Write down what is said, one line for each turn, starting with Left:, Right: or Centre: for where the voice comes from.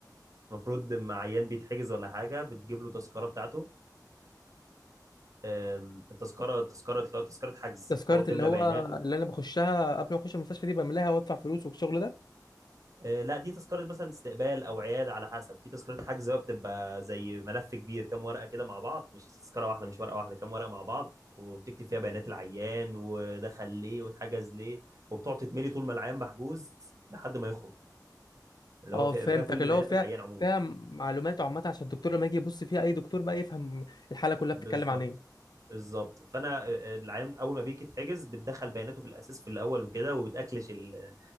Right: المفروض لما عيان بيتحجز ولا حاجه بتجيب له تذكره بتاعته آم، التذكره التذكره اللي هو تذكره حجز
Left: تذكرة
Right: تقعد تملى
Left: اللي هو
Right: بياناته
Left: اللي انا بخشها قبل ما اخش المستشفى دي بملاها وادفع فلوس والشغل ده
Right: آه، لا دي تذكرة مثلا استقبال أو عيادة على حسب في تذكرة حجز بقى بتبقى زي ملف كبير كام ورقة كده مع بعض مش تذكرة واحدة مش ورقة واحدة كام ورقة مع بعض وبتكتب فيها بيانات العيان ودخل ليه واتحجز ليه وبتقعد تتملي طول ما العيان محجوز لحد ما يخرج اللي
Left: اه
Right: هو فيها
Left: فهمتك
Right: فيها كل
Left: اللي
Right: بيانات
Left: هو فيها
Right: العيان عموما
Left: فيها معلومات عامة عشان الدكتور لما يجي يبص فيها اي دكتور بقى يفهم الحالة كلها بتتكلم
Right: بالظبط
Left: عن ايه
Right: بالظبط فأنا آه، آه، العيان أول ما بيجي يتحجز بتدخل بياناته في الأساس في الأول وكده وبتأكلش ال-